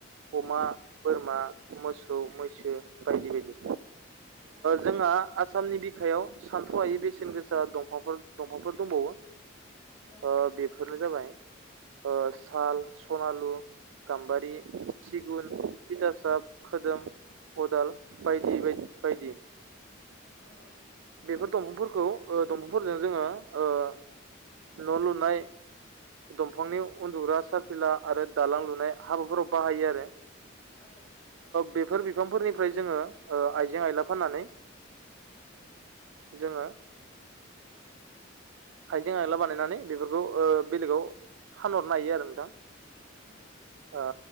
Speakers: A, on the right; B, on the left.
A: अमा बोरमा मोसौ मैसो बायदि बायदि
B: औ
A: जोंहा आसामनि बिखायाव सानथ्र'आायै बेसेन गोसा दंफांफोर दंफांफोर दंबावो
B: औ
A: बेफोरनो जाबाय साल सनालु गाम्बारि सिगुन थिथासाब खोदोम अदाल बायदि बायदि बायदि
B: औ
A: बेफोर दंफांफोरखौ दंफांजों जोङो न' लुनाय दंफांनि उन्दुग्रा सारफिला आरो दालां लुनाय हाबाफोराव बाहायो आरो
B: औ
A: बेफोर बिफांफोरनिफ्राय जोङो आइजें आइला फाननानै जोङो हाइजें आइला बानायनानै बेफोरखौ बेलेगाव फानहरनो हायो आरो नोंथां
B: उम उम